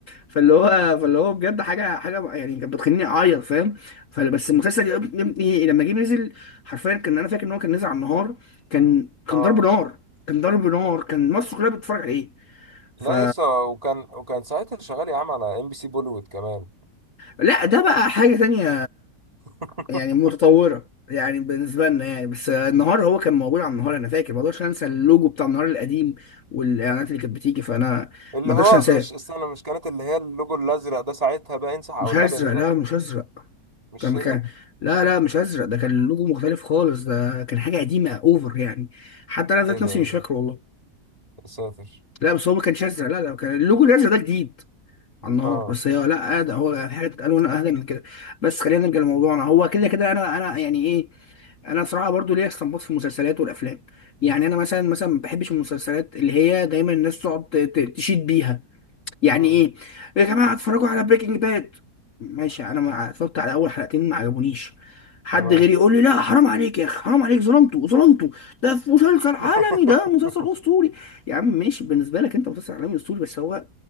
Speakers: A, on the left (about 55°); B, on the right (about 20°).
A: فاللي هو فاللي هو بجد حاجه حاجه يعني كانت بتخليني اعيط فاهم فبس المسلسل يا ابني لما جه نزل حرفيا كان انا فاكر ان هو كان نزل على النهار كان
B: اه
A: كان ضرب نار كان ضرب نار كان مصر كلها بتتفرج عليه ف
B: لا لسه وكان وكان ساعتها شغال يا عم على ام بي سي بوليوود كمان
A: لا ده بقى حاجه تانية
B: <laughs>
A: يعني متطورة يعني بالنسبة لنا يعني بس النهار هو كان موجود على النهار أنا فاكر ما أقدرش أنسى اللوجو بتاع النهار القديم والإعلانات اللي كانت بتيجي فأنا
B: اللي
A: ما أقدرش
B: هو
A: أنساه
B: مش استنى مش كانت اللي هي اللوجو الازرق ده ساعتها بقى انسح او
A: مش
B: اللبني
A: هزرق
B: ده
A: لا مش هزرق
B: مش
A: كان
B: هي
A: كان لا لا مش هزرق ده كان اللوجو مختلف خالص ده كان حاجة قديمة أوفر يعني حتى أنا ذات
B: ايه ده
A: نفسي
B: ايه
A: مش
B: ده
A: فاكره والله
B: يا ساتر
A: لا بس هو ما كانش أزرق لا لا كان اللوجو الأزرق ده جديد على النهار
B: اه
A: بس هي لا آه، ده هو في حاجة ألوان أهدى من كده بس خلينا نرجع لموضوعنا هو كده كده أنا أنا يعني إيه انا صراحه برضو ليا استنباط في المسلسلات والافلام يعني انا مثلا مثلا ما بحبش المسلسلات اللي هي دايما الناس تقعد ت- ت- تشيد بيها يعني
B: امم
A: ايه يا جماعه اتفرجوا على بريكنج باد ماشي انا ما اتفرجت على اول حلقتين ما عجبونيش حد
B: تمام
A: غيري يقول لي لا حرام عليك يا اخي حرام عليك ظلمته ظلمته ده في مسلسل عالمي
B: <laughs>
A: ده مسلسل اسطوري يا عم ماشي بالنسبه لك انت مسلسل عالمي اسطوري بس هو